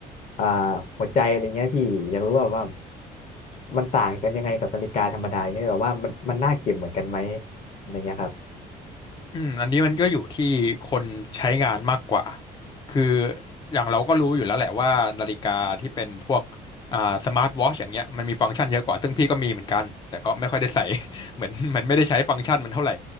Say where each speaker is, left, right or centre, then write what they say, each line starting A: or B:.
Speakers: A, on the left (about 45°); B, on the left (about 25°).
A: อ่าหัวใจอะไรเงี้ยพี่อยากรู้ว่าว่ามันต่างกันยังไงกับนาฬิกาธรรมดาอย่างเงี้ยแบบว่ามันมันน่าเก็บเหมือนกันไหมอะไรเงี้ยครับ
B: อืมอันนี้มันก็อยู่ที่คนใช้งานมากกว่าคืออย่างเราก็รู้อยู่แล้วแหละว่านาฬิกาที่เป็นพวกอ่าสมาร์ทวอชอย่างเงี้ยมันมีฟังก์ชันเยอะกว่าซึ่งพี่ก็มีเหมือนกันแต่ก็ไม่ค่อยได้ใส่ <laughs> เหมือนเหมันไม่ได้ใช้ฟังก์ชันมันเท่าไหร่